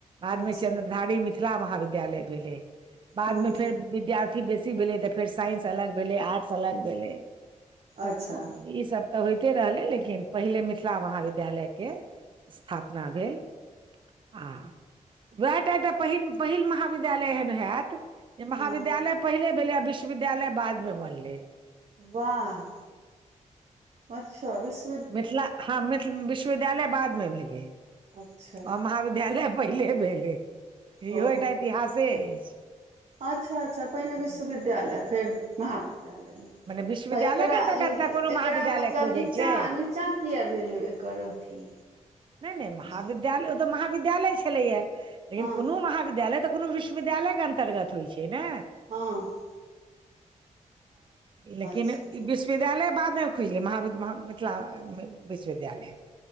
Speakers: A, on the right; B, on the right.
A: बादमे
B: अच्छा
A: चन्द्रधारी मिथिला महाविद्यालय भेलै बादमे
B: हँ
A: फेर विद्यार्थी बेसी भेलै तऽ फेर साइंस अलग भेलै आर्ट्स अलग भेलै
B: अच्छा
A: ओ ई सभ तऽ होइते रहलै लेकिन पहिले मिथिला महाविद्यालयके स्थापना भेल आ वैहटा एकटा पहि पहिल महाविद्यालय एहन हयत जे महाविद्यालय
B: हँ
A: पहिले भेले आ विश्वविद्यालय बाद मे बनले
B: वाह अच्छा विश्व
A: मिथिला हँ मिथ विश्वविद्यालय बादमे भेलै
B: अच्छा
A: ओ महाविद्यालय पहिले भेलै इहो
B: ओ
A: एकटा इतिहासे अछि
B: अच्छा अच्छा पहिने विश्वविद्यालय
A: मने
B: फेर महाविद्यालय मे
A: विश्वविद्यालय
B: तऽ एकरा
A: के अन्तर्गत
B: ई
A: ने कोनो महाविद्यालय
B: एकरा मतलब
A: खुजै
B: नीचा
A: छै
B: नि निच्चा किए भेलै एकर अथी
A: नहि नहि महाविद्यालय
B: जी
A: ओ तऽ महाविद्यालय छलैया लेकिन
B: हँ
A: कोनो महाविद्यालय तऽ कोनो विश्वविद्यालय के अंतर्गत होइ छै ने
B: हँ
A: लेकिन
B: अच्छा
A: ई विश्वविद्यालय बादमे खुजलै महाव मिथिला विश्वविद्यालय